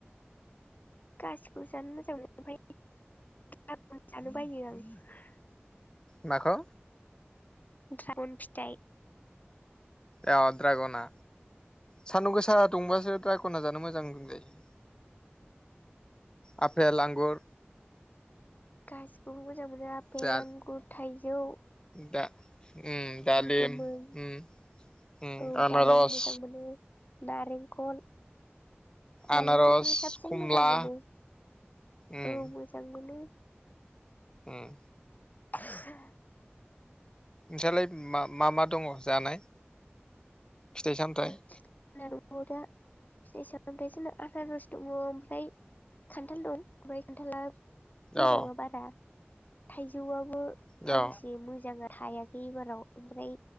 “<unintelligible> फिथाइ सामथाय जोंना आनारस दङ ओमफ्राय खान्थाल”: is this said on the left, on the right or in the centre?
Left